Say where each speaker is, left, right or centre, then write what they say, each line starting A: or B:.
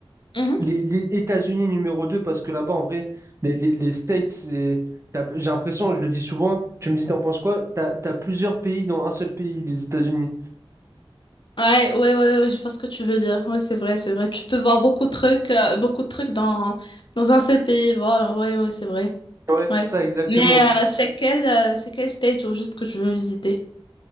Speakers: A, on the left (about 55°); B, on the right (about 30°).
A: Mhm.
B: les, les États-Unis numéro 2 parce que là-bas, en vrai, les, les, les States, c'est- t'as- j'ai l'impression, je le dis souvent, tu me dis, t'en penses quoi? T'as, t'as plusieurs pays dans un seul pays, les États-Unis.
A: Ouais, ouais, ouais, ouais, je vois ce que tu veux dire. Ouais, c'est vrai, c'est vrai. Tu peux voir beaucoup de trucs, euh, beaucoup de trucs dans, dans un seul pays. Voilà, ouais, ouais, c'est vrai.
B: Ouais, c'est
A: Ouais.
B: ça, exactement.
A: Mais euh, c'est quel, euh, c'est quel state au juste que tu veux visiter?